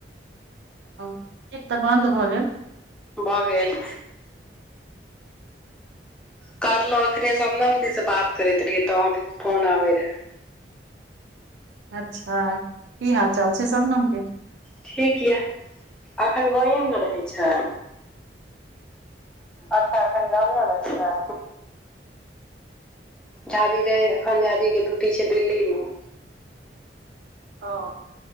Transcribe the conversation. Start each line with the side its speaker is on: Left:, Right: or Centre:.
Right: हँ ठीक तऽ बन्द भऽ गेल
Centre: भऽ गेल करलो अखने सबनम दी से बात करैत रहियै तऽ अहाँके फोन आबे रहे
Right: अच्छा की हाल चाल छै सबनम केँ
Centre: ठीक य एखैन गावए मे नऽ रहै छै अचछा एखन गामे मऽ छै झाजी रहै एखन झाजी केँ ड्यूटी छै दिल्ली मऽ
Right: हँ